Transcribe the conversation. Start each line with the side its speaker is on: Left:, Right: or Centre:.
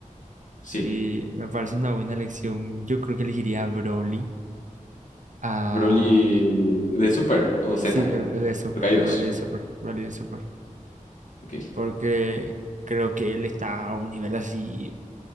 Left: Sí,
Right: Sí, me parece una buena elección. Yo creo que elegiría a Broly. A...
Left: Broly de Super o Z,
Right: Sí, el, el de Super.
Left: porque hay dos.
Right: Broly de Super. Broly de Super.
Left: Ok.
Right: Porque creo que él está a un nivel así